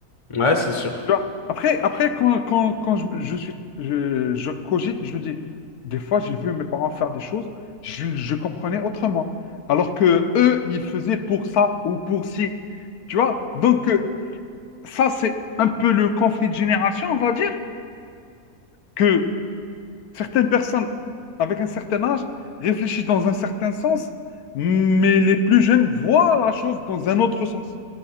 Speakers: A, on the left (about 30°); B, on the left (about 80°).
A: Ouais, c'est sûr.
B: Tu vois Après, après quand, quand, quand je, je suis, je, je cogite, je me dis, des fois, j'ai vu mes parents faire des choses, je, je comprenais autrement. Alors que eux, ils faisaient pour ça ou pour ci. Tu vois? Donc, euh, ça, c'est un peu le conflit de génération, on va dire, que Certaines personnes avec un certain âge réfléchissent dans un certain sens, mais les plus jeunes voient la chose dans un autre sens.